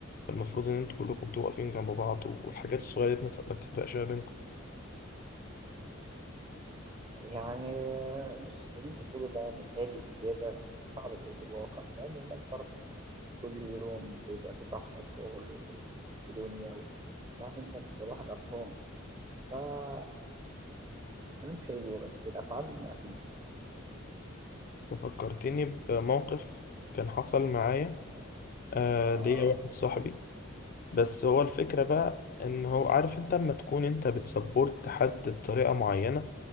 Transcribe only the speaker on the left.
فالمفروض إن انتوا كلكم بتبقوا واقفين جنب بعض والحاجات الصغيرة دي ما ت- ما تفرقش ما بينكم
فكرتني بموقف كان حصل معايا آه ليا
واحد صاحبي بس هو الفكرة بقى إن هو عارف انت لما تكون انت بتسبورت حد بطريقة معينة